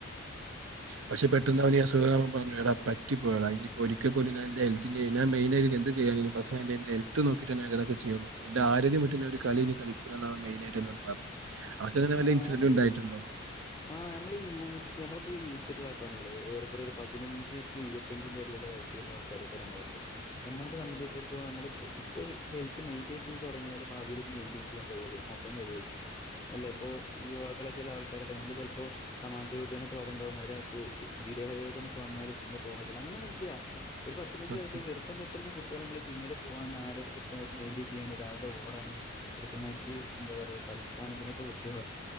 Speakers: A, on the left; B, on the right.
A: <inaudible>
B: പക്ഷെ പെട്ടെന്ന് അവനസുഖ പറഞ്ഞു ടാ പറ്റിപ്പോയട ഇനിപ്പോ ഒരിക്കലും ഞാൻ ഹെൽത്തിന്റെ മെയിനായി എന്ത് ചെയ്യാനിനി ഫസ്റ്റ് എന്റെ ഹെൽത്ത് നോക്കിറ്റതൊക്കെ ചെയുള്ളൂ എന്റെ ആരോഗ്യ വിട്ട് ഒരു കളിയിനി കളിക്കൂലന്നവൻ മെയിനായിട്ട് പറഞ് അവസാനം അങ്ങനെ
A: ആടാ
B: വല്ല ഇൻസിഡന്റ്
A: നമ്മള്
B: ഇണ്ടായിട്ടുണ്ടോ
A: ഈ ആഹ് നമ്മള് യൂത്ത് നമ്മളിപ്പോ യൂത്ത്ട്ട ആക്കാനുള്ളേ ഏറെകുറെ ഒരു പതിനഞ്ച് റ്റു ഇരുപത്തഞ്ചിന്റെ ഇടയിലുള്ള വയസ്സുള്ള ആൾക്കാരൊക്കെ നമ്മളൊക്കെ നമ്മള്ക്ക് സംബന്ധിച്ചിടത്തോളം നമ്മള് ഇപ്പ ഇപ്പ ഹെൽത്ത് മെയിന്റൈൻ ചെയ്ത് തുടങ്ങിയല് ഭാവിയില് ഇത് മെയിന്റൈൻ ചെയ്യാൻ കഴിയുള്ളു ക്കാൻ കഴിയുള്ളു അല്ലെ
B: ആ,
A: ഇപ്പൊ യുവാക്കളായിട്ടുള്ള ആൾക്കാരക്കെ നമ്മള് ചെലപ്പോ തമാശ രൂബെനെക്കെ വരണ്ടാവും ഒരാക്ക് വിരഹ വേദന ഒക്കെ വന്നാലേ ജിമ്മ് പോകൻ പറ്റുള്ളൂ അങ്ങനൊന്നുല്ല്യ ഒരു പത്ത്
B: ആ,
A: പയ്നഞ്ച
B: സത്യം
A: വയസായാ ചെറു പ്പം തൊട്ടന്നെകുട്ടികളെ നമ്മള് ജിമ്മില് പോവാന് ആരോഗ്യം കൃയമായി് മെയിന്റയിൻ ചെയ്യാന് രാവിലെ ഓടാന് കൃത്തമായിട്ട് എന്താ പറയാ കളിക്കാനിതിനൊ വിട്ട് തുടങ്ങ്ക